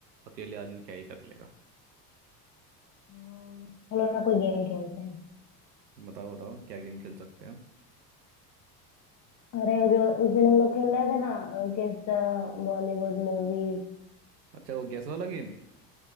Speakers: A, on the right; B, on the left.
A: अकेले आदमी क्या ही कर लेगा
B: हाँ चलो ना कोई गेम खेलते हैं
A: बताओ बताओ क्या गेम खेल सकते हैं हम?
B: अरे वो जो उस दिन हम लोग खेल रहे थे ना अ, किस बॉलीवुड मूवीज
A: अच्छा वो गैस वाला गेम